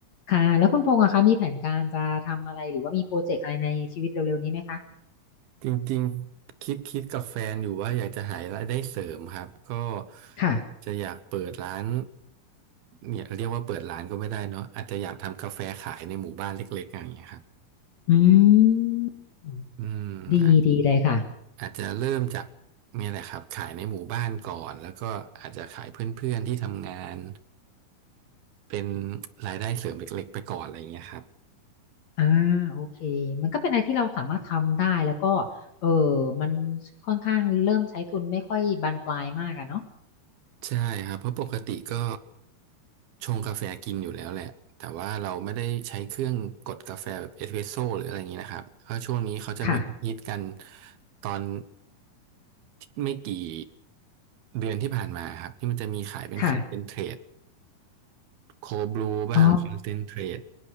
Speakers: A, on the left (about 50°); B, on the right (about 75°).
A: ค่ะแล้วคุณพงษ์อะคะมีแผนการจะทำอะไรหรือว่ามีโปรเจกต์อะไรในชีวิตเร็วๆนี้ไหมคะ
B: จริงๆคิดคิดกับแฟนอยู่ว่าอยากจะหารายได้เสริมครับก็
A: ค่ะ
B: จะอยากเปิดร้านเนี่ยเรียกว่าเปิดร้านก็ไม่ได้เนาะอาจจะอยากทำกาแฟขายในหมู่บ้านเล็กๆอย่างเงี้ยครับ
A: อืม
B: อืมอาจ
A: ดีดีเลยค่ะ
B: อาจจะเริ่มจากเนี่ยแหละครับขายในหมู่บ้านก่อนแล้วก็อาจจะขายเพื่อนๆที่ทำงานเป็นรายได้เสริมเล็กๆไปก่อนอะไรอย่างเงี้ยครับ
A: อ่าโอเคมันก็เป็นอะไรที่เราสามารถทำได้แล้วก็เออมันค่อนข้างเริ่มใช้ทุนไม่ค่อยบานปลายมากอะเนาะ
B: ใช่ครับเพราะปกติก็ชงกาแฟกินอยู่แล้วแหละแต่ว่าเราไม่ได้ใช้เครื่องกดกาแฟแบบเอสเปรสโซ่หรืออะไรอย่างนี้นะครับเพราะช่วงนี้เขาจะมีฮิตกัน
A: ค่ะ
B: ตอนไม่กี่เดือนที่ผ่านมาครับที่มันจะมีขายเป็นคอนเซนเทรต
A: ค่ะ
B: โคบลูบ้างคอนเซนเทรต
A: อ๋อ